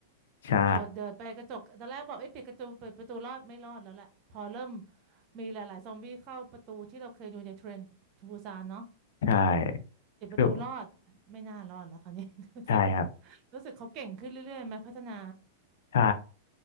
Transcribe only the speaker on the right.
โดดเดินไปกระจกตอนแรกบอกเอ้ยปิดกระจกเปิดประตูรอดไม่รอดแล้วแหละพอเริ่มมีหลายๆซอมบี้เข้าประตูที่เราเคยดูในเทรนทูซานเนาะ
ปิดประตูรอดไม่น่ารอดแล้วคราวนี้
<laughs> รู้สึก
รู้สึกเขาเก่งขึ้นเรื่อยๆไหมพัฒนา